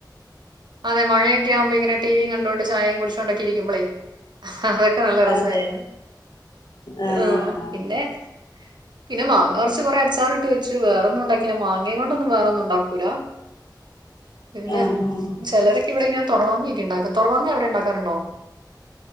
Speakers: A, on the right; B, on the left.
A: അതെ മഴയൊക്കെയാക്ബോ ഇങ്ങനെ ടീവി കണ്ടൊണ്ട് ചായയും കുടി ഇരിക്കുമ്പളേ അതൊക്കെ നല്ല രസമായിരുന്നു
B: അതെ ആഹ്
A: ആഹ പിന്നെ പിന്നെ മാങ്ങ കുറച്ച് കുറെഅച്ചാറിട്ടു വെച്ചു വേറെ ഒന്നും ഉണ്ടാക്കില്ല മാങ്ങയും കൊണ്ടൊന്നും വേറെ ഒന്നും ഉണ്ടാകുല പിന്നെ
B: ആഹ് ആഹ്
A: ചിലരൊക്കെ ഇവിടെ തുറ മാങ്ങയൊക്കെ ഉണ്ടാക്കും തുറമാങ്ങ അവിടെ ഉണ്ടാക്കാറുണ്ടോ